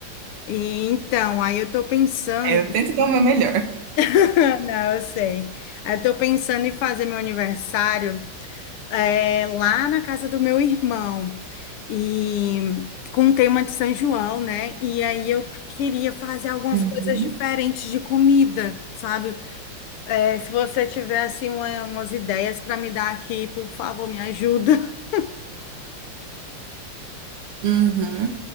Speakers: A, on the left; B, on the right.
A: E então, aí eu tô pensando,
B: É, eu tento dar o meu melhor.
A: <laughs> não, eu sei. Aí Eu tô pensando em fazer meu aniversário é, lá na casa do meu irmão e com o tema de São João, né? E aí eu queria fazer algumas
B: Uhum.
A: coisas diferentes de comida, sabe? É, se você tiver assim uma- umas ideias para me dar aqui, por favor, me ajuda. <laughs>
B: Uhum.